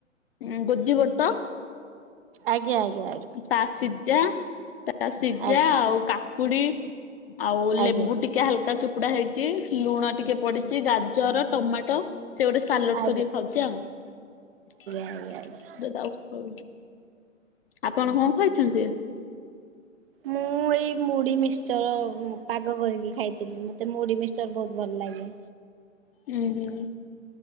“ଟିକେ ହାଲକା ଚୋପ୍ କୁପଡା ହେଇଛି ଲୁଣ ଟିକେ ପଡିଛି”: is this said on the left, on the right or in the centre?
Left